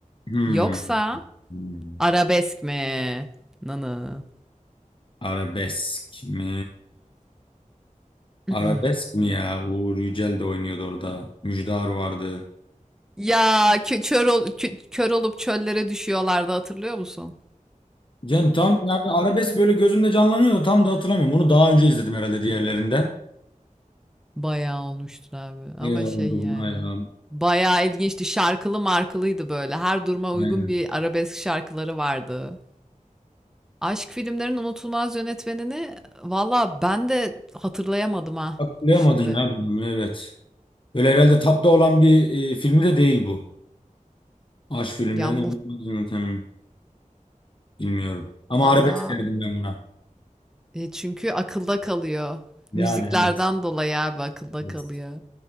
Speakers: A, on the left; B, in the centre.
A: Hmm.
B: yoksa
A: hmm.
B: arabesk mi? Nanı.
A: Arabesk mi?
B: <clears throat>
A: Arabesk mi ya? Uğur Yücel de oynuyordu orada. Müjdar vardı.
B: Ya kö- kör, ol- kö- kör olup çöllere düşüyorlardı hatırlıyor musun?
A: Can tam yani arabesk böyle gözümde canlanıyor da tam da hatırlamıyorum. Bunu daha önce izledim herhalde diğerlerinden.
B: Bayağı olmuştur abi. Ama
A: Ay oldu
B: şey yani.
A: buna ya.
B: Bayağı ilginçti. Şarkılı markılıydı böyle. Her duruma uygun
A: Yani
B: bir arabesk şarkıları vardı. Aşk filmlerinin unutulmaz yönetmenini valla ben de hatırlayamadım ha
A: hatırlayamadım
B: şimdi.
A: ya ben onu evet. Öyle herhalde tapta olan bir e, filmi de değil bu. Aşk filmden
B: Ya muht
A: hmm, bilmiyorum. Ama
B: valla
A: arabesk derdim ben buna.
B: e, çünkü akılda kalıyor.
A: Yani
B: Müziklerden
A: evet.
B: dolayı abi akılda
A: evet.
B: kalıyor.